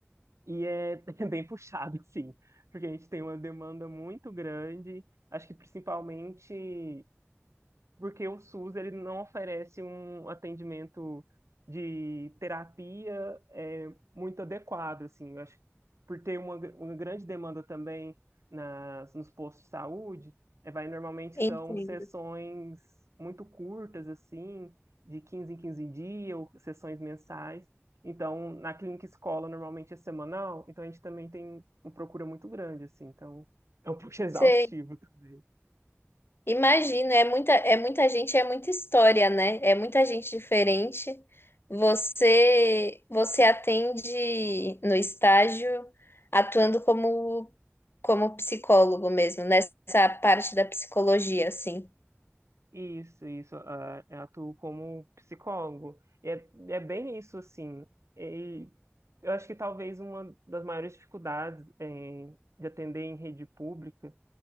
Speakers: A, on the right; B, on the left.
A: E é <laughs> bem puxado, sim, porque a gente tem uma demanda muito grande, acho que principalmente porque o SUS ele não oferece um atendimento de terapia é, muito adequado, assim, eu acho, que por ter uma, gr- uma grande demanda também nas, nos postos de saúde, é, vai normalmente
B: entendo.
A: são sessões muito curtas, assim, de 15 em 15 dias, ou sessões mensais. Então, na clínica escola, normalmente é semanal, então a gente também tem uma procura muito grande, assim, então é um <laughs> pouco exaustivo
B: Sei.
A: também.
B: Imagino, é muita, é muita gente, é muita história, né? É muita gente diferente. Você, você atende no estágio atuando como, como psicólogo mesmo, nessa parte da psicologia, assim.
A: Isso, isso. ah, eu atuo como psicólogo. E é, é bem isso, assim. E eu acho que talvez uma das maiores dificuldades em- de atender em rede pública,